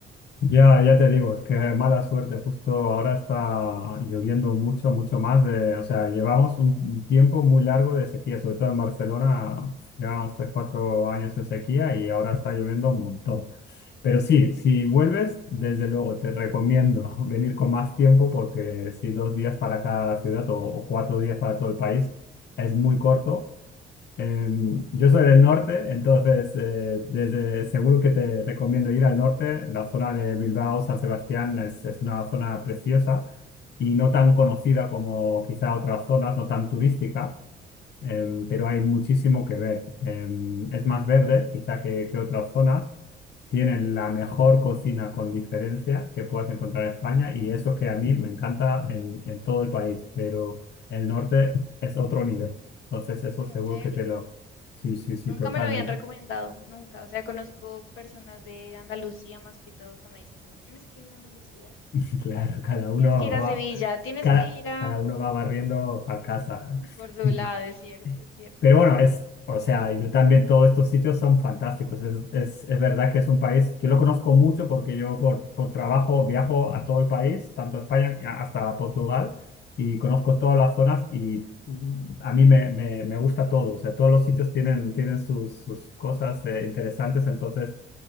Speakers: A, on the left; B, on the left.
A: Ya, ya te digo, es que mala suerte. Justo ahora está lloviendo mucho, mucho más de, o sea, llevamos un un tiempo muy largo de sequía, sobre todo en Barcelona, llevamos 3, 4 años de sequía y ahora está lloviendo un montón. Pero sí, si vuelves, desde luego te recomiendo <laughs> venir con más tiempo porque si dos días para cada ciudad o, o cuatro días para todo el país es muy corto Em, yo soy del norte, entonces eh, desde, seguro que te recomiendo ir al norte. La zona de Bilbao, San Sebastián es, es una zona preciosa y no tan conocida como quizá otras zonas, no tan turística, em, pero hay muchísimo que ver. Em, es más verde quizá que, que otras zonas tienen la mejor cocina con diferencia que puedas encontrar en España y eso que a mí me encanta en, en todo el país, pero el norte es otro nivel. Entonces eso
B: En
A: seguro
B: serio,
A: que te lo... Sí, sí, sí,
B: nunca
A: totalmente.
B: me lo habían recomendado, nunca. O sea, conozco personas de Andalucía más que todo que me dicen como, tienes que ir a Andalucía,
A: <laughs> Claro, cada uno
B: tienes que ir a
A: va,
B: Sevilla, tienes
A: cada,
B: que ir a
A: cada uno va barriendo para casa.
B: Córdoba,
A: <laughs>
B: es cierto, es cierto.
A: Pero bueno, es, o sea, yo también todos estos sitios son fantásticos. Es, es, es verdad que es un país, yo lo conozco mucho porque yo por, por trabajo viajo a todo el país, tanto a España a- hasta Portugal, y conozco todas las zonas y mm, a mí me, me, me gusta todo. O sea, todos los sitios tienen, tienen sus, sus cosas eh, interesantes. Entonces,